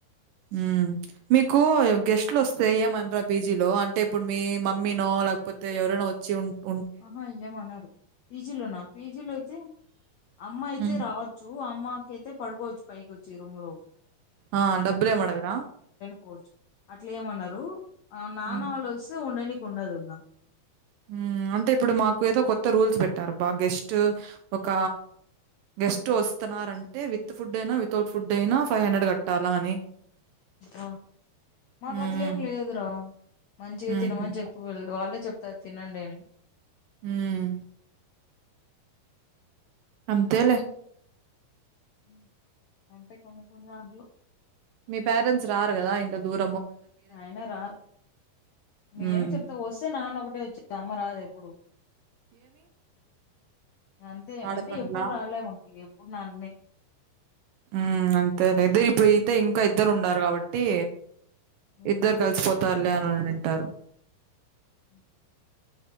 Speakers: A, on the right; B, on the left.
A: ఉమ్ మీకు గెస్ట్లు వస్తే ఏమనరా పీజీలో అంటే ఇప్పుడు మీ మమ్మీ నో లేకపోతే ఎవరైనా వచ్చి ఉనా
B: ఆహా ఇంకేంమనరు పీజీలోనా పీజీలో అయితే అమ్మ అయితే
A: హ్మ్
B: రావచ్చు అ కేతే పడుకో వచ్చు పైకి వచ్చి రూమ్ లో
A: ఆ డబ్బులేే మడగరా
B: పోచ్చు అట్లా ఏమనరు ఆ నానా
A: హ్మ్
B: వాళ్ళు వస్తే ఉండనియి ఉన్నదున్నా
A: ఉమ్ అంటే ఇప్పుడు మాకు ఏదో కొత్త రూల్స్ పెట్టారు బా గెస్ట్ ఒక గెస్ టు వస్తున్నారంటే విత్ ఫుడ్ అయినా వితౌట్ ఫుడ్ అయినా ఫైవ్ హండ్రెడ్ కట్టాలా అని
B: ఆ మాకు
A: హ్మ్
B: అట్లే ఏం లేదు రా మంచిగా
A: హుహు.
B: తినమని చెప్పి వెళ్ళదు వాళ్ళే చెప్ప తినండి అని
A: ఉమ్ అంతే లే
B: ఉమ్ అంతే కొన్ని కొన్ని డాంట్లో
A: మీ పేరెంట్స్ రారు కదా ఎంత దూర
B: ఆయన రారు మేమి
A: ఉమ్
B: చెప్తా వస్తే నాన్న ఒకటే వచ్చేది అమ్మ రాదు ఎప్పుడు అంతే
A: ఆడ
B: అంటే
A: పర్లా
B: ఎప్పుడు రాలే మాకి ఎప్పుడు నాన్నే
A: ఉమ్ అంతే లే ఇపుడేతే ఇంకా ఇద్దరు ఉండాలారు కాబట్టి
B: ఉమ్
A: ఇద్దరు కలిసిపోతారు కళ్యాణ తంటారు
B: ఉ